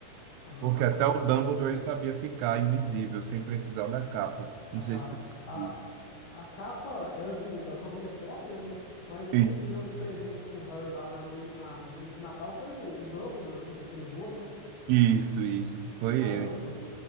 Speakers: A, on the left; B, on the right.
A: aham.
B: Porque até o Dumbledore ele sabia ficar invisível, sem precisar da capa. Não
A: da
B: sei
A: capa.
B: se você
A: A,
B: sabe
A: a capa era do, da família Potter, né? Mas
B: isso.
A: quem deu de presente pro Harry lá na noi- na, no dia de Natal foi o, o Dumbledore que entregou, né?
B: Isso, isso. Foi
A: Caramba.
B: ele.